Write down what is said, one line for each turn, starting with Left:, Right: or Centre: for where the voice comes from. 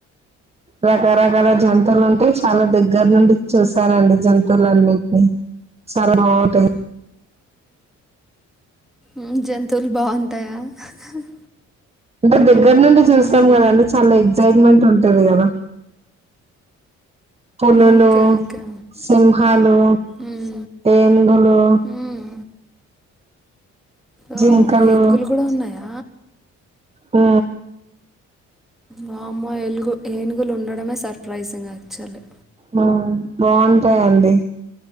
Right: రకరకాల జంతువులు ఉంటాయి చాలా దగ్గర్ నుండి చూసానండి జంతువులన్నింటిని చాలా బాగుంటాయి
Centre: ఉ జంతువులు బాగుంటాయా <unintelligible> <inaudible>
Right: దుక్ దగ్గర నుండి చూసాం
Centre: ఊహూ
Right: కదండి చాలా ఎగజైట్మెంట్ ఉంటది కదా పులులు
Centre: ఓకే ఓకే
Right: సింహాలు
Centre: మ్మ్.
Right: ఏనుగులు
Centre: మ్మ్. ఓ
Right: జింకలు
Centre: ఏనుగులు గూడా ఉన్నాయా
Right: ఉ
Centre: వామ్మొ ఏలుగు ఏనుగులు ఉండడమే సర్ప్రైజింగ్ యాక్చువలి
Right: మ్ బాగుండ్ టాయండి